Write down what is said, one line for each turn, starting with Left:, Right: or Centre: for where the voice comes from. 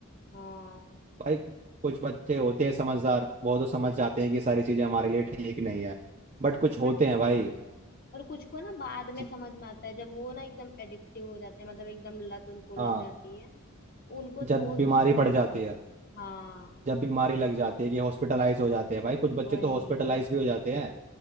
Left: हाँ
Right: भाई कुछ बच्चे होते हैं समझदार वो तो समझ जाते हैं कि सारी चीज़ें हमारे लिए ठीक नहीं है बट कुछ होते
Left: बट
Right: हैं भाई
Left: और कुछ को ना बाद में
Right: जि-
Left: समझ में आता है जब वो ना एकदम एडिक्टिव हो जाते हैं मतलब एकदम लत उनको लग
Right: हाँ
Left: जाती है उनको तो
Right: जब बीमारी
Left: समझ
Right: पड़ जाती
Left: में
Right: है
Left: हाँ
Right: जब बीमारी लग जाती है कि हॉस्पिटलाइज हो जाते हैं भाई कुछ बच्चे
Left: वही
Right: तो हॉस्पिटलाइज
Left: वही
Right: भी हो जाते हैं